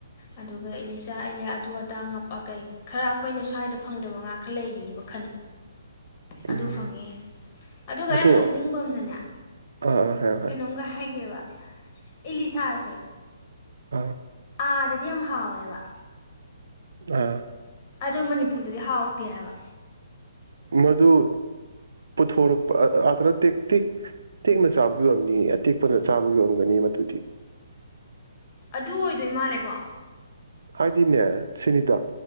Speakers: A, on the left; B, on the right.
A: ꯑꯗꯨꯒ ꯏꯂꯤꯆꯥ ꯑꯗꯨ ꯑꯗꯥ ꯀꯩ ꯈꯔ ꯑꯩꯈꯣꯏꯅ ꯁ꯭ꯋꯥꯏꯗ ꯐꯪꯗꯕ ꯉꯥ ꯈꯔ ꯂꯩꯔꯤꯑꯕꯜ
B: ꯎꯝ
A: ꯑꯗꯨ ꯐꯪꯉꯦ ꯑꯗꯨꯒ
B: ꯑꯗꯣ
A: ꯌꯥꯝ ꯅꯣꯛꯅꯤꯡꯕ ꯑꯃꯅꯅꯦ
B: ꯑꯥ ꯑꯥ ꯍꯥꯏꯌꯣ ꯍꯥꯏꯌꯣ
A: ꯀꯩꯅꯣꯝꯒ ꯍꯥꯏꯒꯦꯕ ꯑꯦꯂꯤꯤꯁꯥ ꯁꯦ
B: ꯑꯥ
A: ꯑꯥꯗꯗꯤ ꯌꯥꯝ ꯍꯥꯎꯋꯦꯕ
B: ꯑꯥ
A: ꯑꯗꯨ ꯃꯅꯤꯄꯨꯔꯗꯗꯤ ꯍꯥꯎꯇꯦꯕ
B: ꯃꯗꯨꯨ ꯄ ꯊꯣꯣꯔꯨ ꯑꯗꯨꯥꯅ ꯇ ꯇꯦꯛ ꯇꯦꯛꯅ ꯆꯥꯕꯒꯤ ꯌ ꯑꯣꯏꯔꯝꯅꯤ ꯑꯇꯦꯛꯄꯅ ꯆꯥꯕ ꯌ ꯑꯣꯏꯔꯝꯒꯅꯤ ꯃꯗꯨꯗꯤ
A: ꯑꯗꯨ ꯑꯣꯏꯗꯣꯏ ꯃꯥꯜꯂꯦꯀꯣ
B: ꯍꯥꯏ ꯗꯤꯅꯦ ꯁꯤꯅꯤꯗ